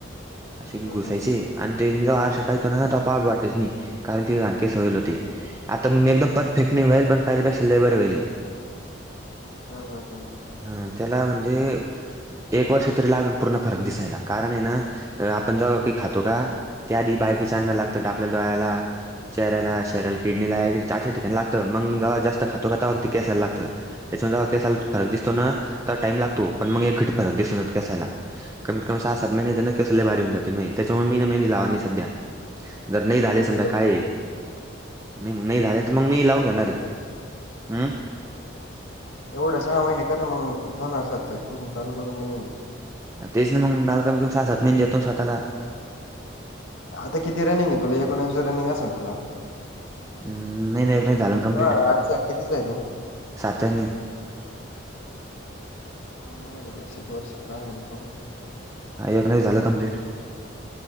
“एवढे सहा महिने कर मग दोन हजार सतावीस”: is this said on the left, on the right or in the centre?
Left